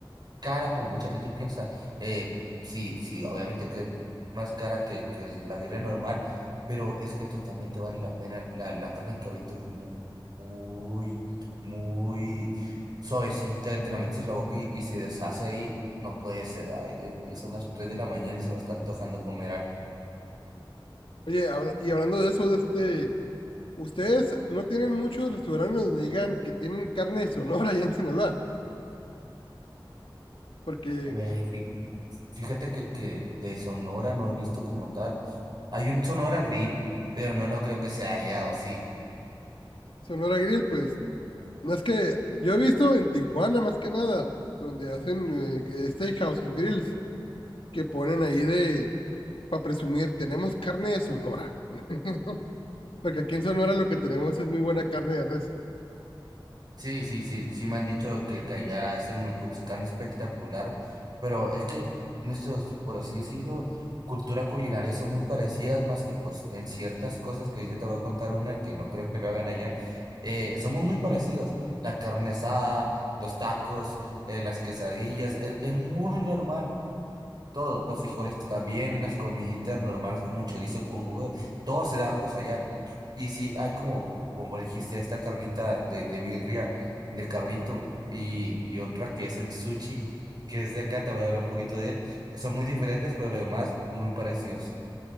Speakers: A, on the right (about 55°); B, on the left (about 85°).
A: cara como mucha gente piensa. Eh, sí, sí, obviamente que es más cara que, que la birria normal, pero es que totalmente vale la pena. La, la carne de cabrito es mu- muy, muy, suavecita, te la metes en la boca y, y se deshace ahí. No puede ser, ay, Dios mío, son las 3 de la mañana y se me está antojando comer algo.
B: Oye, habla- y hablando de eso, de este, ustedes no tienen muchos restaurantes donde digan que tienen carne de Sonora allá en Sinaloa, porque
A: Güey, Fíjate que, que de Sonora no he visto como tal. Hay un Sonora Grill, pero no, no creo que sea allá, ¿o sí?
B: Sonora Grill, pues, No es que yo he visto en Tijuana más que nada, donde hacen eh, steakhouse o grills, que ponen ahí de, para presumir, tenemos carne de Sonora. <laughs> Porque aquí en Sonora lo que tenemos es muy buena carne de res.
A: Sí, sí, sí, sí me han dicho que, que allá hacen un cuscano espectacular, pero es que nuestros, por así decirlo, cultura culinaria son muy parecidas, más que pues en ciertas cosas que ahorita te voy a contar una que no creo que lo hagan allá, eh, somos muy parecidos, la carne asada, los tacos, eh, las quesadillas, es, es muy normal. Todo, los frijoles también, las comiditas normales como chorizo con huevo, todo se da pues allá. Y sí, hay como, como dijiste, esta carnita de, de birria, de cabrito, y, y otra que es el sushi, que es de acá, te voy a hablar un poquito de él. Son muy diferentes, pero lo demás muy parecidos.